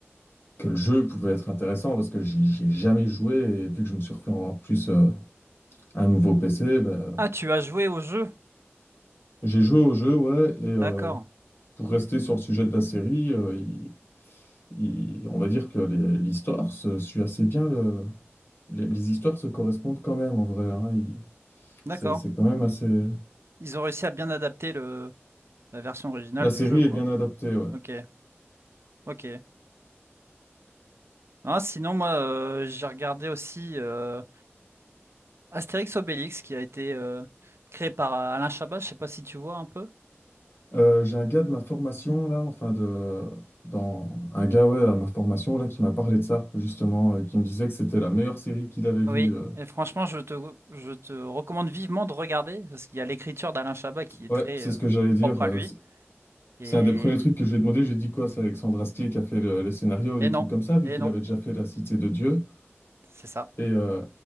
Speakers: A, on the left; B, on the right.
A: que le jeu pouvait être intéressant parce que j'ai j'ai jamais joué et vu que je me suis refait en plus euh, un nouveau PC, bah,
B: Ah, tu as joué au jeu.
A: j'ai joué au jeu, ouais, et, euh,
B: D'accord.
A: pour rester sur le sujet de la série, euh, il- il- on va dire que les- l'histoire se suit assez bien. le- les, les histoires se correspondent quand même en vrai. hein, il-
B: D'accord.
A: c'est, c'est quand même assez.
B: Ils ont réussi à bien adapter le, la version originale
A: La série
B: du jeu,
A: est
B: quoi.
A: bien adaptée. ouais.
B: Ok. Ok. Non, sinon, moi, euh, j'ai regardé aussi euh, Astérix Obélix qui a été euh, créé par euh, Alain Chabat. Je sais pas si tu vois un peu.
A: Euh, j'ai un gars de ma formation là, enfin de dans un gars ouais, à ma formation là qui m'a parlé de ça justement, euh, qui me disait que c'était la meilleure série qu'il avait vue.
B: Oui.
A: euh.
B: Et franchement, je te, je te recommande vivement de regarder parce qu'il y a l'écriture d'Alain Chabat qui est
A: Ouais,
B: très
A: c'est
B: euh,
A: ce que j'allais dire.
B: propre
A: euh,
B: à lui.
A: c'est
B: Et,
A: c'est un des premiers trucs que j'ai demandé. J'ai dit quoi? C'est Alexandre Astier qui a fait le- les scénarios ou
B: et
A: des
B: non.
A: trucs comme ça, vu
B: Et
A: qu'il
B: non.
A: avait déjà fait La Cité de Dieu.
B: C'est ça.
A: Et, euh,